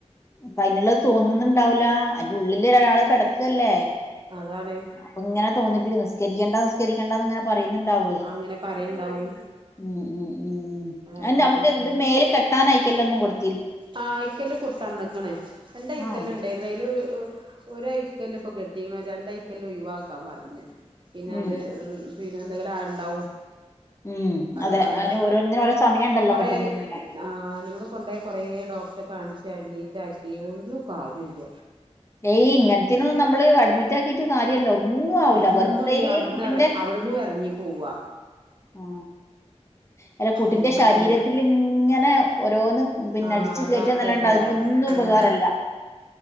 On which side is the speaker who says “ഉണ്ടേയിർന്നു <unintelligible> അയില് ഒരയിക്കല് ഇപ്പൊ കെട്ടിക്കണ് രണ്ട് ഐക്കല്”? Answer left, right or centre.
Right